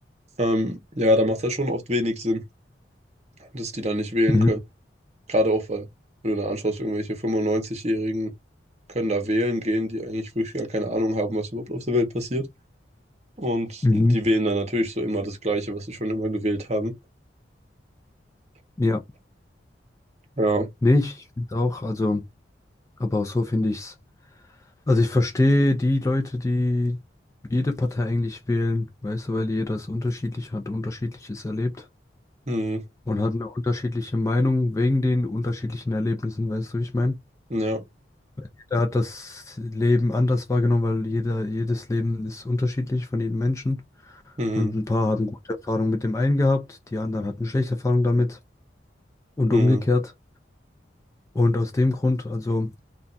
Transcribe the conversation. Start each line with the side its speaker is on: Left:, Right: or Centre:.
Right: ähm, ja, da macht das schon oft wenig Sinn, dass die dann nicht wählen
Left: Mhm,
Right: können. Gerade auch, weil, wenn du da anschaust, irgendwelche 95-Jährigen können da wählen gehen, die eigentlich wirklich gar keine Ahnung haben, was überhaupt auf der Welt passiert. Und
Left: mhm.
Right: die wählen dann natürlich so immer das Gleiche, was sie schon immer gewählt haben.
Left: Ja,
Right: Ja.
Left: nee, ich finde auch, also, aber auch so finde ich's. Also ich verstehe die Leute, die jede Partei eigentlich wählen, weißt du, weil jeder es unterschiedlich hat, unterschiedliches erlebt
Right: Mhm.
Left: und hat eine unterschiedliche Meinung wegen den unterschiedlichen Erlebnissen, weißt du, wie ich meine?
Right: Ja.
Left: Jeder hat das Leben anders wahrgenommen, weil jeder, jedes Leben ist unterschiedlich von jedem Menschen.
Right: Mhm.
Left: Und ein paar haben gute Erfahrungen mit dem einen gehabt, die anderen hatten schlechte Erfahrungen damit und
Right: Mhm.
Left: umgekehrt. Und aus dem Grund, also.